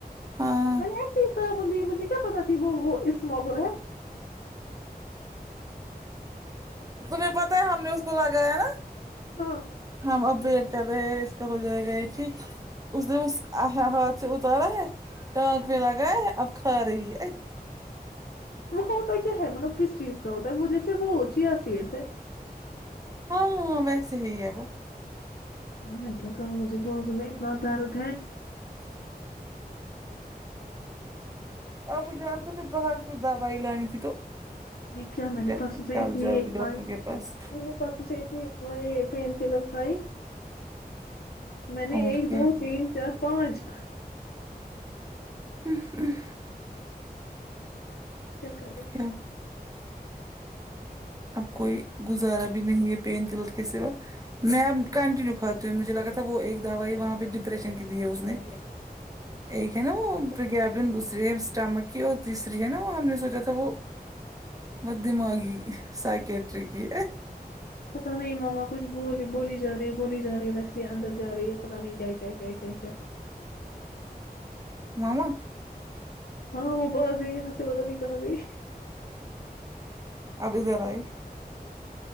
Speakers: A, on the right; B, on the left.
A: ہاں
B: میں نے ایسے ہی کہا مجھے کیا پتہ وہ وہ اس مگول ہے
A: تمہیں پتہ ہے ہم نے اس کو لگایا نا
B: ہاں
A: ہم اب بی کر رہے اس کا ہو جائے گا یے ٹھیک اس نے اس ہاتھ سے اتارا ہے ٹانک پے لگایا ہے اب کھا رہی ہے
B: وہ ہوتا ہی کیا ہے مطلب کس چیز کا ہوتا ہے وہ جیسے وہ چیا سیٹ سے
A: ہاں ہاں ویسے ہی ہے وہ
B: ہاں میں کیا کروں مجھے باذو میں اتنا درد ہے
A: <inaudible> اب جان تو پھر باہر کچھ دوائی لانی تھی تو
B: لیکے کیا ہمارے
A: جب
B: پرسو
A: تک
B: سے
A: کل
B: اتنی
A: جاؤ
B: ایک
A: گی
B: کھای
A: ڈاکٹر کے پاس
B: پرسوں سے اتنی ایک تمہاری یے پین کلر کھائی میں نے
A: اور
B: ایک
A: کیا
B: دو تین چار پانچ
A: ہمم آمم
B: کیا کرے
A: کیا اب کوئی گزارا بھی نہیں ہے پین کلر کے سوا میں اب کنٹنییو کھا تو مجھے لگا تھا وہ ایک دوائی وہاں پے ڈپریشن کی دی ہے اس نے ایک ہے نا وہ وگن دوسری ہے اسٹامک کی اور تیسری ہے نا وہ ہم نے سوچا تھا وہ بد دماغی سیکریٹکی
B: پتہ نہیں ماما کچھ بول بولی جا رہی ہے بولی جا رہی ہے ویسے اندر جا رہی ہے پتہ نہیں کیا کیا کیا کیا
A: ماما
B: ہاں وہ بھاگ گئی یہاں سے پتا نہیں کہاں گئی
A: اب ادھر آئی